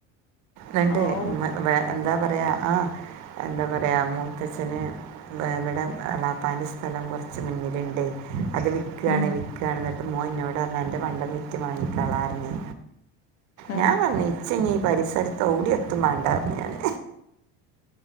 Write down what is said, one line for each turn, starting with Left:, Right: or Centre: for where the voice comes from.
Right: രണ്ട്
Left: ഔ
Right: മ്മ വേ എന്താ പറയുക ആ എന്താ പറയുക മൂത്തച്ഛന് ഇവിടെ അളാപ്പാന്റെ സ്ഥലം കുറച്ച് മുന്നിലുണ്ട് അത് വി വി ക്യാണ്
Left: ഉം
Right: വി ക്യാണ് എന്നിട്ട് മോൻ എന്നോട് പറഞ്ഞ എൻ്റെ പണ്ടം വിറ്റ് വാങ്ങിക്കോളാഞ്ഞ് പറഞ്ഞു
Left: ആഹ്
Right: ഞാൻ പറഞ്ഞു ഇച്ചങ്ങ ഈ പരിസരത്ത് ഓടിയ എത്തും വേണ്ടാന്ന് ഞാന്